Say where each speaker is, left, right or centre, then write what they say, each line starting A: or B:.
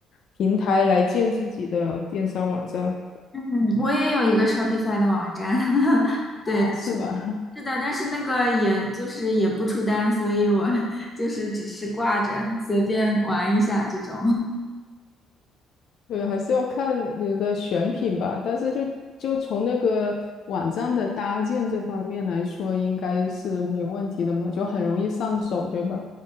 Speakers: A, on the left; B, on the left.
A: 平台来建自己的电商网站。
B: 嗯，我也有一个 Shopify 的网站，<laughs> 对，
A: 啊，
B: 但
A: 是吧？
B: 是的，但是那个也就是也不出单，所以我 <laughs> 就是只是挂着随便玩一下这种，
A: 对，还是要看你的选品吧。但是就就从那个网站的搭建这方面来说，应该是没问题的嘛，就很容易上手，对吧？